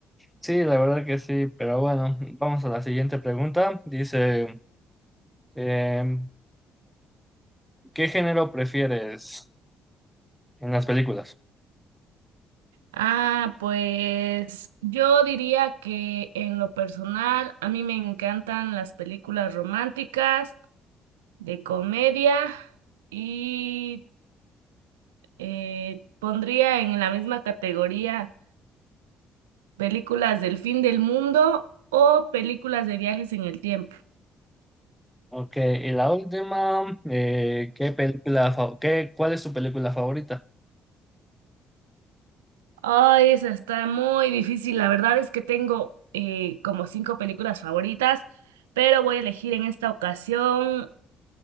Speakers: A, in the centre; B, on the right.
A: Sí, la verdad que sí, pero bueno, vamos a la siguiente pregunta. Dice, em, ¿qué género prefieres en las películas?
B: Ah, pues yo diría que en lo personal a mí me encantan las películas románticas. de comedia y eh, pondría en la misma categoría películas del fin del mundo o películas de viajes en el tiempo.
A: Ok, y la última, eh, ¿qué película, fa- qué, cuál es tu película favorita?
B: Ay, esa está muy difícil. La verdad es que tengo eh, como cinco películas favoritas, pero voy a elegir en esta ocasión